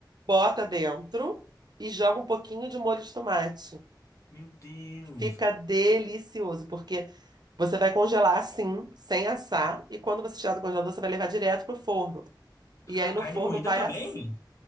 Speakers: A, on the right; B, on the left.
A: bota dentro e joga um pouquinho de molho de tomate.
B: Meu Deus.
A: Fica delicioso, porque você vai congelar assim, sem assar, e quando você tirar do congelador, você vai levar direto pro forno. E aí
B: A
A: no
B: carne
A: forno
B: moída
A: vai
B: também?
A: assim.